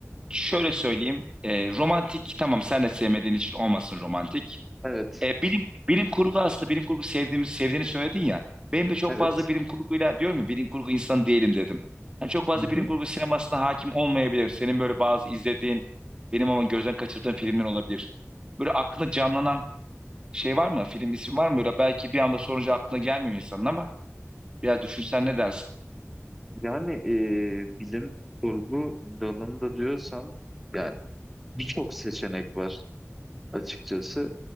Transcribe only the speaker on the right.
şöyle söyleyeyim. E, romantik tamam sen de sevmediğin için olmasın romantik.
E, bilim bilim kurgu aslında bilim kurgu sevdiğimiz sevdiğini söyledin ya. Benim de çok
fazla bilim kurguyla diyorum ya bilim kurgu insanı değilim dedim. Hani çok fazla
bilim kurgu sinemasına hakim olmayabilirim. Senin böyle bazı izlediğin benim ama gözden kaçırdığım filmler olabilir. Böyle aklına canlanan şey var mı? Film ismi var mı? Böyle belki bir anda sorunca aklına gelmiyor insanın ama biraz düşünsen ne dersin?